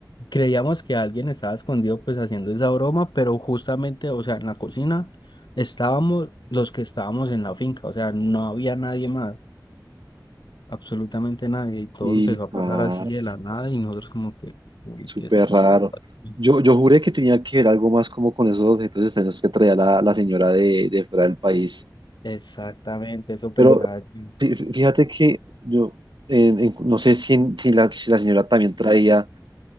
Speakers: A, on the left; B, on the right.
A: Creíamos que alguien estaba escondido pues haciendo esa broma, pero justamente, o sea, en la cocina estábamos los que estábamos en la finca, o sea, no había nadie más, absolutamente nadie, y todo
B: Y
A: empezó
B: parce,
A: a pasar así de la nada y nosotros como que, uy,
B: súper
A: ¿qué está pasando?
B: raro.
A: aquí?".
B: Yo, yo juré que tenía que ver algo más como con esos objetos extraños que traía la, la señora de, de fuera del país.
A: Exactamente, eso pensaba
B: Pero
A: yo.
B: fí- fí- fíjate que yo eh, en- no sé si, en- si, la, si la señora también traía